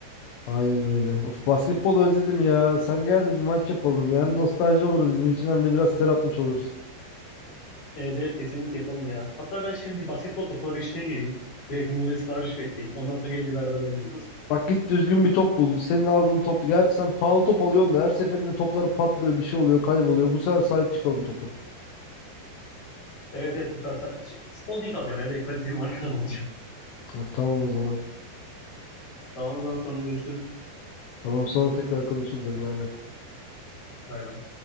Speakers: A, on the left (about 80°); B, on the left (about 40°).
A: Aynen öyle. Of basketbol özledim ya. Sen gel de bir maç yapalım ya. Hem nostalji olur bizim için hem de biraz ter atmış oluruz.
B: Evet evet kesinlikle yapalım ya. Hatta ben şimdi bir basketbol topu arayışına gireyim. Direkt Muğla'ya sipariş vereyim. Ondan sonra gelince beraber oynayalım. Nasıl?
A: Bak git düzgün bir top bul. Senin aldığın top. Gerçi sen pahalı top alıyorsun da her seferinde topları patlıyor, bir şey oluyor, kayboluyor. Bu sefer sahip çıkalım topa.
B: Evet evet. Güzel. Sa- Spalding alacağım ya. Direkt kaliteli markadan alacağım.
A: Ha, tamam o zaman.
B: <laughs> Tamam o zaman sonra görüşürüz.
A: Tamam sonra tekrar konuşuruz. Hadi bay bay.
B: Bay bay.